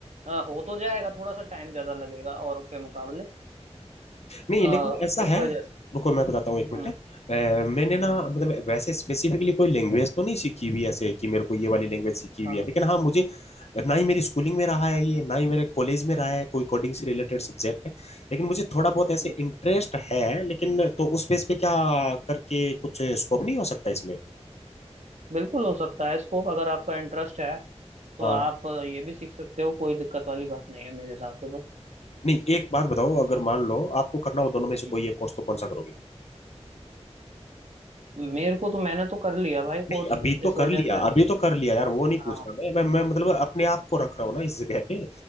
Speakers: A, on the right (about 80°); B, on the left (about 65°).
A: अ, हो तो जाएगा थोड़ा सा टाइम ज्यादा लगेगा औरों के मुकाबले
B: नहीं
A: अ,
B: लेकिन ऐसा
A: इस
B: है
A: वजह से
B: रुको मैं बताता हूँ एक
A: हम्म
B: मिनट अ, मैंने ना मतलब वैसे स्पेसिफिकली कोई लैंग्वेज तो नहीं सीखी हुई ऐसे कि मेरे को ये वाली लैंग्वेज सीखी हुई
A: हाँ
B: है लेकिन हाँ मुझे ना ही मेरी स्कूलिंग में रहा है ये ना ही मेरे कॉलेज में रहा है कोई कोडिंग से रिलेटेड सब्जेक्ट है लेकिन मुझे थोड़ा बहुत ऐसे
A: हम्म,
B: इंटरेस्ट है लेकिन तो उस बेस पे क्या करके कुछ स्कोप नहीं हो सकता इसमें
A: बिल्कुल हो सकता है स्कोप अगर आपका इंटरेस्ट है तो
B: हाँ
A: आप ये भी सीख सकते हो कोई दिक्कत वाली बात नहीं है मेरे हिसाब से तो
B: नहीं एक बात बताओ अगर मान लो आपको करना हो दोनों में से
A: हम्म।
B: कोई एक कोर्स तो कौन सा करोगे
A: मेरे को तो मैंने तो कर लिया भाई कोर्स
B: नहीं अभी
A: इस
B: तो
A: वजह
B: कर लिया
A: से
B: अभी तो कर लिया यार वो नहीं
A: हाँ
B: पूछ रहा मैं मैं, मैं मतलब अपने आप को
A: हम्म,
B: रख रहा हूँ ना इस जगह पे